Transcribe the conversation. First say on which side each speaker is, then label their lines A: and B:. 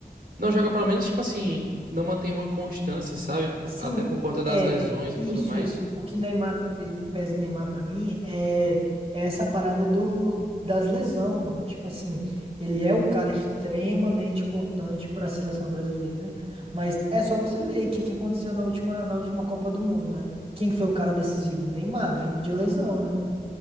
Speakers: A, on the right; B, on the right.
A: Não joga pelo menos, tipo assim, não mantém uma constância, sabe? Po-
B: Sim,
A: Até por conta das
B: é
A: lesões
B: isso,
A: e tudo mais.
B: isso. O que Neymar eh, pesa em Neymar pra mim é, é essa parada do das lesão, mano. Tipo assim, ele é um cara extremamente importante pra seleção brasileira, mas é só você ver aí o que que aconteceu na última na última Copa do Mundo, né? Quem que foi o cara decisivo? Neymar, vindo de lesão, né?